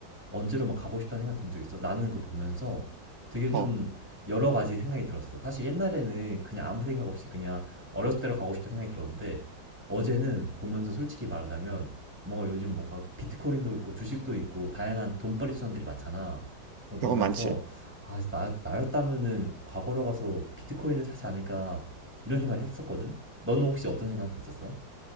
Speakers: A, in the centre; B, on the right.
A: 언제로 막 가고 싶다는 생각 든 적 있어? 나는 그거 보면서 되게 좀
B: 어,
A: 여러 가지 생각이 들었어. 사실 옛날에는 그냥 아무 생각 없이 그냥 어렸을 때로 가고 싶다 생각이 들었는데 어제는 보면서 솔직히 말하자면 뭔가 요즘 뭔가 비트코인도 있고 주식도 있고 다양한 돈벌이 수단들이 많잖아. 그걸 보면서
B: 그거 많지.
A: 아, 나, 나였다면은 과거로 가서 비트코인을 사지 않을까 이런 생각을 했었거든? 너는 혹시 어떤 생각 했었어?